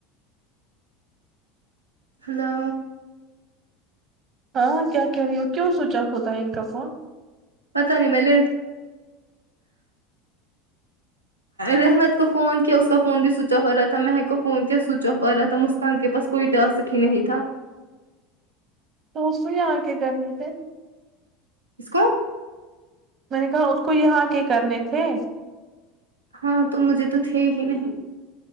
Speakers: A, on the right; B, on the right.
A: ہلو
B: ہاں ہاں کیا کہہ رہی ہو کیوں سوچ آف ہوتا ہے ان کا فون
A: پتا نہی میں نے رحمت کو فون کیا اس کا فون بھی سوئچ آف ہو رہا تھا مہک کو فون کیا سوئچ آف ہو رہا تھا مس کان کے پاس کوئی ٹاسک ہی نہیں تھا
B: تو اس سے یہاں آکے کرنے تھے
A: اس کو
B: میں نے کہا اس کو یہاں آ کے کرنے تھے
A: ہاں تو مجھے تو تھے ہی نہیں